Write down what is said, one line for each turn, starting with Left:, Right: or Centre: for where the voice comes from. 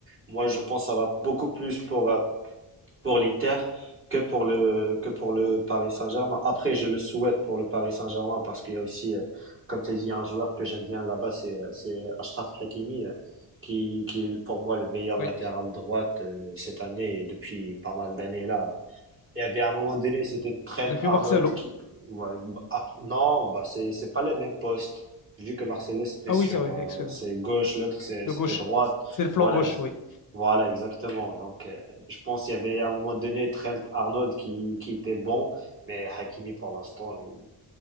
Right: moi, je pense que ça va beaucoup plus pour, euh, pour l'Inter que pour le, que pour le Paris Saint-Germain. Après, je le souhaite pour le Paris Saint-Germain parce qu'il y a aussi, euh, comme tu as dit, un joueur que j'aime bien là-bas, c'est, euh, c'est Achraf Hakimi, euh, qui, qui est pour moi le meilleur
Left: Oui.
Right: latéral droite euh, cette année et depuis pas mal d'années là. Il y avait à un moment donné, c'était Trent
Left: Depuis
Right: Arnold
Left: Marcelo.
Right: qui. ouais, bah, ah, non, bah c'est c'est pas les mêmes postes. Vu que Marcelo c'était
Left: Ah
Right: sur
Left: oui, c'est vrai,
Right: euh,
Left: excuse-moi.
Right: c'est gauche, l'autre c'est-
Left: Le
Right: c'était
Left: gauche.
Right: droite.
Left: C'est le flanc
Right: Voilà,
Left: gauche,
Right: ex-
Left: oui.
Right: voilà exactement. Donc euh, je pense qu'il y avait à un moment donné Trent Arnold qui qui était bon, mais Hakimi pour l'instant il-